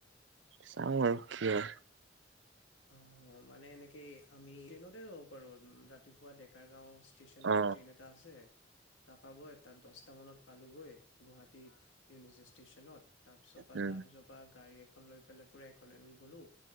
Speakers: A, on the right; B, on the left.
A: চাওঁ আৰু কি হয়।
B: অ মানে এনেকে আমি ট্ৰেইনতে যাব পাৰো ৰাতিপুৱা ডেকাৰ গাঁও। ষ্টচনৰ
A: অ
B: ট্ৰেইন এটা আছে। তাৰপৰা গৈ তাত দহটা মানত পালোগৈ গুৱাহাটীত নিউ ষ্টেচনত। তাৰ পিছৰ পৰা,
A: উম
B: তাৰ পিছৰ পৰা গাড়ী খন লৈ পেলাই পুৰা এখন একোলেণ্ড গ'লো